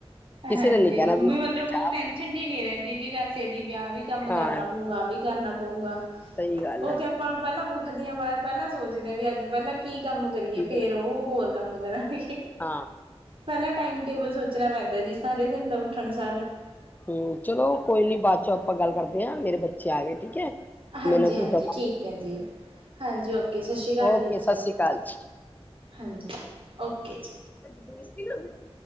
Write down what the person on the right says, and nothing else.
ਹਾਂਜੀ
ਬ
ਫਿਰ ਓਹ
ਟੈਨਸ਼ਨ ਜਿਹੀ ਨੀ ਰਹਿੰਦੀ ਜੀ ਕਸੇ ਦੀ, ਵੀ ਆਹ ਵੀ ਕੰਮ
ਕਰਨਾ ਪਊ, ਆਹ ਵੀ ਕਰਨਾ ਪਊਗਾ
ਉਹ
ਤੇ ਆਪਾਂ ਪਹਿਲਾਂ ਉੱਠਦੇ ਹਾਂ ਬਾਅਦ, ਪਹਿਲਾਂ ਸੋਚਦੇ ਹਾਂ ਵੀ ਅੱਜ ਪਹਿਲਾਂ ਕੀ ਕੰਮ ਕਰੀਏ,
ਫੇਰ ਉਹ ਹੋਰ ਕੰਮ ਕਰਾਂਗੇ
ਪਹਿਲਾਂ ਟਾਈਮ ਟੇਬਲ ਸੋਚਣਾ ਪੈਂਦਾ ਜੀ, ਸਾਰੇ ਦਿਨ ਦਾ ਉੱਠਣ ਸਾਰ
ਹਾਂਜੀ
ਹਾਂਜੀ
ਠੀਕ ਹੈ ਜੀ, ਹਾਂਜੀ ਓਕੇ ਓ ਸਤਿ ਸ਼੍ਰੀ ਅਕਾਲ
ਦੀ
ਜੀ,
ਹਾਂਜੀ ਓਕੇ ਜੀ